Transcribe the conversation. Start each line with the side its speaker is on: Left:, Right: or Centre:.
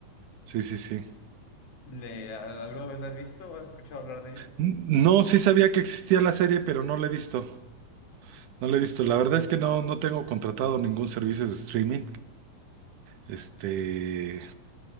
Right: sí, sí, sí.
Left: ¿Le, a- alguna vez la has visto o has escuchado hablar de ella?
Right: N- No, sí sabía que existía la serie, pero no la he visto. No la he visto. La verdad es que no, no tengo contratado ningún servicio de streaming. Este,